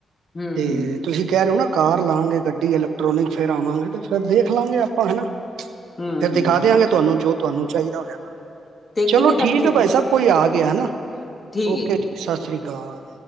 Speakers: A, on the left (about 35°); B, on the right (about 85°).
A: ਹੂੰ
B: ਤੇ
A: ਹੂੰ
B: ਤੁਸੀਂ ਕਹਿ ਰਹੇ ਹੋ ਨਾ ਕਾਰ ਲਾਵਾਂਗੇ ਗੱਡੀ ਇਲੈਕਟ੍ਰੋਨਿਕ ਫੇਰ ਆਵਾਂਗੇ ਫਿਰ ਦੇਖ ਲਵਾਂਗੇ ਆਪਾਂ ਹਨਾ।
A: ਹੂੰ
B: ਫੇਰ
A: ਹੂੰ
B: ਦਿਖਾ ਦਿਆਂਗੇ ਤੁਹਾਨੂੰ ਜੋ ਤੁਹਾਨੂੰ ਚਾਹੀਦਾ ਹੋਇਆ ਨਾ।
A: ਤੇ
B: ਚਲੋ
A: ਕਿੰਨੇ ਤੱਕ। ਦੀ
B: ਠੀਕ
A: ਹੋਏਗੀ
B: ਭਾਈ ਸਾਹਿਬ ਕੋਈ ਆ ਗਿਆ ਹਨਾ
A: ਠੀਕ
B: ਓਕੇ
A: ਹੈ
B: ਜੀ ਸਤਿ ਸ੍ਰੀ ਅਕਾਲ।